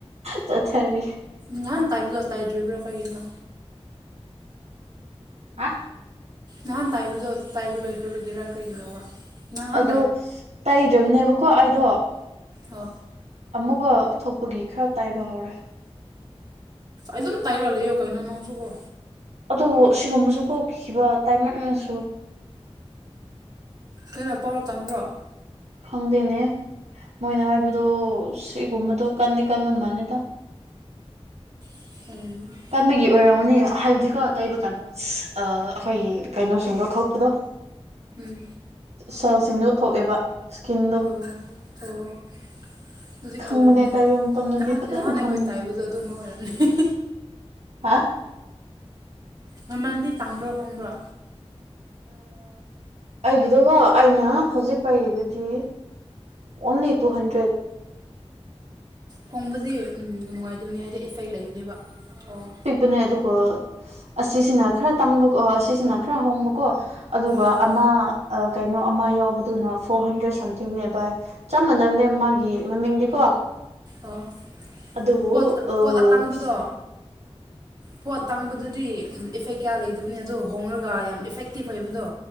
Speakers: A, on the right; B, on the right.
A: ꯆꯊꯔꯤ
B: ꯅꯍꯥꯟ ꯇꯥꯏꯕꯗ ꯇꯥꯏꯗ꯭ꯔꯤꯕ꯭ꯔꯥ ꯀꯩꯒꯤꯅꯣ
A: ꯍꯥ
B: ꯅꯍꯥꯟ ꯇꯥꯏꯕꯗꯣ ꯇꯥꯏꯕ ꯂꯣꯏꯈ꯭ꯔꯕꯒꯤꯔꯥ ꯀꯩꯒꯤꯅꯣꯕ ꯅꯍꯥꯟ
A: ꯑꯗꯨ ꯇꯩꯗ꯭ꯔꯕꯅꯦꯕꯀꯣ ꯑꯩꯗꯣ
B: ꯑꯣ
A: ꯑꯃꯨꯛꯒ ꯊꯣꯛꯄꯒꯤ ꯈꯔ ꯇꯥꯏꯕ ꯍꯧꯔꯦ
B: ꯑꯖꯨꯝ ꯇꯥꯏꯔ ꯂꯩꯑꯣ ꯀꯩꯅꯣ ꯅꯪꯁꯨꯒꯣ
A: ꯑꯗꯨꯕꯨ ꯁꯤꯒꯨꯝꯕꯁꯨ ꯀꯣꯛꯈꯤꯕ ꯇꯥꯏꯃꯛꯅꯁꯨ
B: ꯀꯩꯅꯣ ꯄꯋꯔ ꯀꯟꯕ꯭ꯔꯣ
A: ꯈꯪꯗꯦꯅꯦ ꯃꯣꯏꯅ ꯍꯥꯏꯕꯗꯣ ꯁꯤꯒꯨꯝꯕꯗꯣ ꯀꯟꯗꯤ ꯀꯟꯕ ꯃꯥꯜꯂꯦꯗ
B: <inaudible>
A: ꯀꯝꯕꯒꯤ ꯑꯣꯏꯔꯝꯅꯤ ꯍꯥꯏꯕꯗꯤꯀꯣ ꯇꯩꯕ ꯀꯥꯟꯗ ꯑꯩꯈꯣꯏꯒꯤ ꯀꯩꯅꯣꯁꯤꯡꯗꯣ ꯊꯣꯛꯄꯗꯣ
B: ꯎꯝ
A: ꯁꯦꯜꯁꯤꯡꯗꯣ ꯊꯣꯛꯑꯦꯕ ꯁꯀꯤꯟꯗ
B: ꯑꯣ ꯑꯣ ꯍꯧꯖꯤꯛ
A: ꯈꯪꯕꯅꯦ
B: ꯀꯂꯝꯅꯤ
A: ꯇꯩꯕ
B: ꯍꯣꯏ
A: ꯃꯇꯝꯗꯗꯤ
B: ꯅꯍꯥꯟ
A: ꯐꯖꯅ
B: ꯅꯍꯥꯟ
A: ꯈꯪꯕꯅꯦ
B: ꯑꯩꯈꯣꯏ ꯇꯥꯏꯕꯗꯣ ꯑꯗꯨꯒꯨꯝꯕ ꯑꯣꯏꯔꯝꯅꯤ
A: ꯍꯥꯥ
B: ꯃꯃꯜꯗꯤ ꯇꯥꯡꯕ꯭ꯔꯣ ꯍꯣꯡꯕ꯭ꯔꯣ
A: ꯑꯩꯒꯤꯗꯨꯒꯣ ꯑꯩꯅ ꯍꯧꯖꯤꯛ ꯄꯥꯏꯔꯤꯕꯗꯤ ꯑꯣꯟꯂꯤ ꯇꯨ ꯍꯟꯗ꯭ꯔꯦꯠ
B: ꯍꯣꯡꯕꯗꯤ ꯅꯨꯡꯉꯥꯏꯇꯕꯅꯤ ꯍꯥꯏꯗꯤ ꯏꯐꯦꯛ ꯂꯩꯕꯅꯦꯕ ꯑꯣ
A: ꯅꯦ ꯑꯗꯨꯒ ꯑꯁꯤꯁꯤꯅ ꯈꯔ ꯇꯥꯡꯕꯀꯣ ꯑꯁꯤꯁꯤꯅ ꯈꯔ ꯍꯣꯡꯕꯀꯣ ꯑꯗꯨꯒ
B: ꯑꯣ
A: ꯑꯃ ꯀꯩꯅꯣ ꯑꯃ ꯌꯥꯎꯕꯗꯨꯅ ꯐꯣꯔ ꯍꯟꯗ꯭ꯔꯦꯠ ꯁꯝꯊꯤꯡ ꯅꯦ ꯕꯥꯏ ꯆꯞ ꯃꯥꯟꯅꯕꯅꯦ ꯃꯥꯒꯤ ꯃꯃꯤꯡꯗꯤꯀꯣ
B: ꯑꯣ
A: ꯑꯗꯨꯕꯨ
B: ꯄꯣꯠ
A: ꯑꯥ
B: ꯄꯣꯠ ꯑꯇꯥꯡꯕꯗꯣ ꯄꯣꯠ ꯇꯥꯡꯕꯗꯨꯗꯤ ꯏꯐꯦꯛ ꯀꯌꯥ ꯂꯩꯗꯕꯅꯤ ꯑꯗꯣ ꯍꯣꯉꯔꯒ ꯌꯥꯝ ꯏꯐꯦꯛꯇꯤꯞ ꯑꯣꯏꯕꯗꯣ